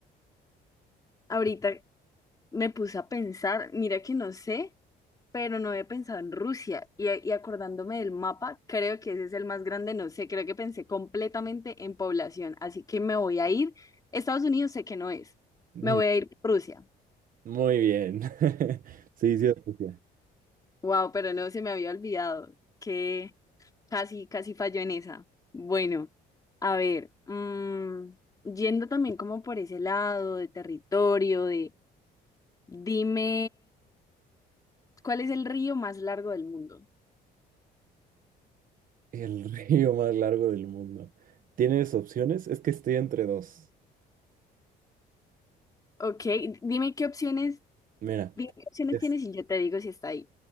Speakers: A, on the left (about 20°); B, on the right (about 55°).
A: ahorita me puse a pensar, mira que no sé. pero no había pensado en Rusia. Y, y acordándome del mapa, creo que ese es el más grande, no sé, creo que pensé completamente en población, así que me voy a ir. Estados Unidos sé que no es,
B: Mm,
A: me voy a ir por Rusia.
B: Muy bien. <laughs> Sí, sí, es Rusia.
A: Wow, pero no, se me había olvidado que casi, casi falló en esa. Bueno, a ver, mm, yendo también como por ese lado de territorio, de dime, ¿cuál es el río más largo del mundo?
B: El río más largo del mundo. ¿Tienes opciones? Es que estoy entre dos.
A: Ok, dime qué opciones
B: Mira,
A: Dime qué opciones
B: es-
A: tienes y yo te digo si está ahí.